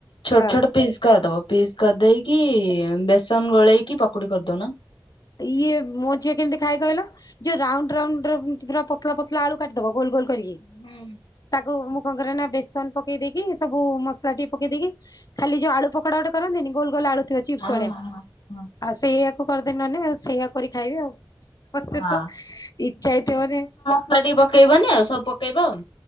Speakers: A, on the left (about 80°); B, on the left (about 50°).
A: ଛୋଟ
B: ହଁ
A: ଛୋଟ ପିସ୍ କରିଦବ ପିସ୍ କରିଦେଇକି ବେସନ ଗୋଳେଇକି ପକୁଡ଼ି କରିଦଉନ।
B: ଇଏ ମୋ ଝିଅ କେମିତି ଖାଏ କହିଲ ଯଉ ରାଉଣ୍ଡ ରାଉଣ୍ଡରେ ପୁରା ପତଲା ପତଲା ଆଳୁ କାଟିଦବ ଗୋଲ୍ ଗୋଲ୍ କରୀକି
A: ହୁଁ।
B: ତାକୁ ମୁଁ କଣ କରେ ନା ବେସନ ପକେଇ ଦେଇକି ସବୁ ମସଲା ଟିକେ ପକେଇ ଦେଇକି ଖାଲି ଯୋଉ ଆଳୁ ପକୋଡା ଗୋଟେ କରନ୍ତିନି ଗୋଲ ଗୋଲ୍ ଆଳୁ ଚିପ୍ସ
A: ହଁ
B: ଭଳିଆ
A: ହଁ ହଁ
B: ଆଉ ସେୟା କୁ କରିଦେ ନହଲେ ଆଉ ସେୟା କରି ଖାଇବି ଆଉ। ମତେ
A: ହଁ।
B: ତ ଇଛା ହେଇଥିବ ମାନେ
A: ସ ଟିକେ ପକେଇବନି ଆଉ ସବୁ ପକେଇବ ଆଉ।